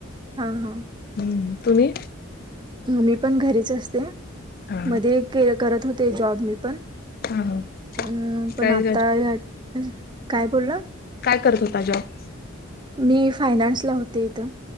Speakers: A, on the right (about 20°); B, on the left (about 45°).
A: हा हा
B: हम्म तुम्ही
A: मी पण घरीच असते
B: हा
A: मध्ये के करत होते जॉब मी पण
B: हा हा
A: हम् पण
B: काय
A: आता ह्या काय बोलला
B: काय करत होता जॉब?
A: मी फायनान्स ला होते इथं-